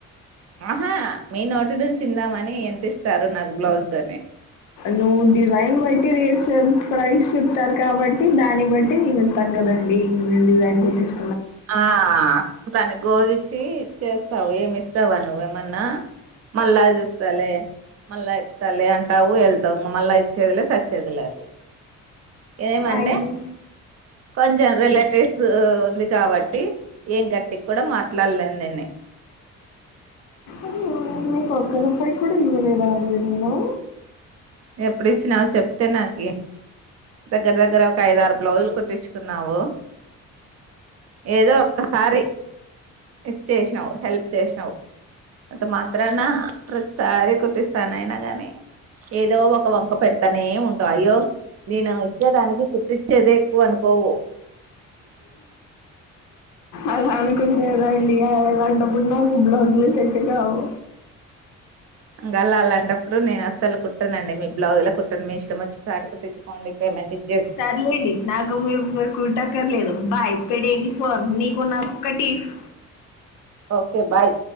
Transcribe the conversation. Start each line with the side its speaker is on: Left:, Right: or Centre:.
Right: ఆహా మీ నోటి నుంచి ఇందామనీ ఎంత ఇస్తారు నాకు బ్లౌజ్ కని.
Left: నువ్వు డిజైన్ బట్టి రేట్ చెప్ ప్రైస్ చెప్తారు కాబట్టి దాన్ని బట్టి నేను ఇస్తాన్. కదా అండి నేను డిజైన్ కుట్టిచ్
Right: ఆ దాన్ని గోధిచ్చీ ఇచ్చేస్తావు ఏమి ఇస్తావా నువ్వేమన్నా. మళ్ళా చూస్తాలే. మళ్ళా ఇస్తాలే అంటావు ఎళ్తావు ఇంగ మళ్ళా ఇచ్చేదిలే సచ్చేదిలేదు. ఏమంటే
Left: అయ్యో!
Right: కొంచెం రిలేటివ్స్ ఊ ఉంది కాబట్టి ఏం గట్టిక్ కూడా మాట్లాడలేను నేని
Left: అమ్మో నీ కొక్కరూపాయి కూడా ఇవ్వలేదా అండి నేనూ.
Right: ఎప్పుడిచ్చినావు చెప్తే నాకి దగ్గర దగ్గరా ఒక ఐదారు బ్లౌజులు కుట్టిచ్చు కున్నావు ఏదో ఒక్కసారి. ఇచ్చేశ్నావు హెల్ప్ చేశినావ్ అంత మాత్రానా ప్రతిసారి కుటిస్తానా అయినగానీ. ఏదో ఒక వంక పెడతనే ఉంటావ్ అయ్యో. నేనూ ఇచ్చే దానికి కుట్టిచ్చేదే ఎక్కువ అనుకోవు.
Left: అలా అనుకుంటే ఎలా అండి అలాంటప్పుడు నాకు బ్లౌజ్లే సెట్టు కావు.
Right: ఇంగ అలా అలాంటప్పుడు నేను అస్సలు కుట్టనండి మీ బ్లౌజ్లే కుట్టను మీ ఇష్టం వచ్చిన చోట కుట్టిచ్చికోండి పేమెంట్ ఇచ్
Left: సర్లేండి నాకు మీరు మీరు కుట్టక్కర్లేదు. బై పెట్టేయండి ఫోన్ నీకు నాకు కట్టీఫ్.
Right: Okay bye